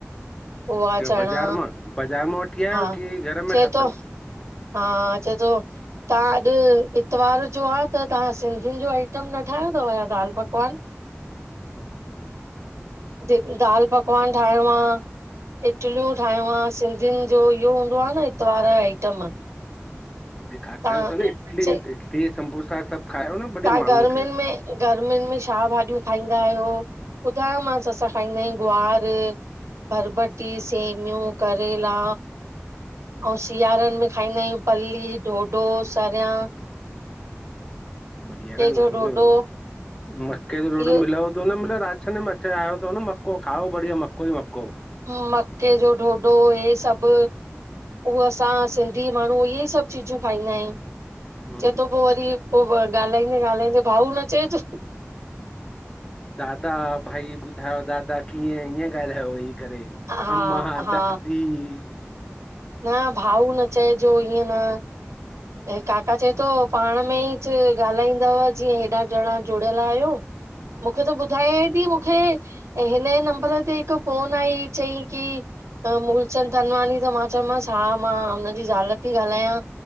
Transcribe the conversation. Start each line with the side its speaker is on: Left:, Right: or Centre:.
Right: पोहा चणा
Left: बाज़ार मां बाज़ार मां वठी आयो
Right: हा
Left: की घर में
Right: चए
Left: ठातल
Right: थो हा चए थो तव्हां अॼु इतवार जो आ त तव्हां सिंधियुन जो आइटम न ठाहियो अथव छा दाल पकवान।
Left: हूं
Right: द दाल पकवान ठाहेड़ो आ। इटलियूं ठाहयूं आ सिंधियुन जो इहो हूंदो आ न इतवार जो आइटम।
Left: त ब़ खारायोस
Right: तव्हां
Left: आन इडली
Right: च
Left: इडली ऐं सम्बोसा सभु खारायो न बढ़िया
Right: तव्हां
Left: माण्हुन
Right: गर्मियुनि
Left: खे।
Right: में गर्मियुनि में छा भाॼियूं खाईंदा आहियो ॿुधायोमासि असां खाईंदा आहियूं गुआर। बरबटी सेमियूं करेला। अउं सियारनि में खाईंदा आहियूं पल्ली, डोडो सरिया।
Left: बढ़िया न न
Right: जो ढोढो
Left: मक्के जो डोडो
Right: इहो
Left: मिलव थो न मितल राज छ न म -- आयो त न मक्को खाओ बढिया मक्को ई मक्को --
Right: ह मक्के जो डोडो हे सभु -- उह असां सिंधी माण्हू इहे ई सभु चीजूं खाईंदा आहियूं।
Left: हम्म
Right: चए थो पोइ वरी पोइ, ॻाल्हाईंदे- ॻाल्हाईंदे भाऊ न चएजो।
Left: दादा भई ॿुधायो दादा कीअं ईीअं ॻाल्हायो वेही करे।
Right: हा
Left: अम्मा
Right: हा
Left: दादी --
Right: न भाऊ न चइजो इअं न ऐं काका चए तो पाण में ई च ॻाल्हाईंदव, जीअं हेॾा ॼणा जुड़ियल आहियो। मुखे त ॿुधायांं ती मुखे ऐं हिनजे नंबर ते हिकु फोन आई, चईं की मूलचंद तनवानी त मां चमांसि हा मां हुनजी ज़ाल ती ॻाल्हायां।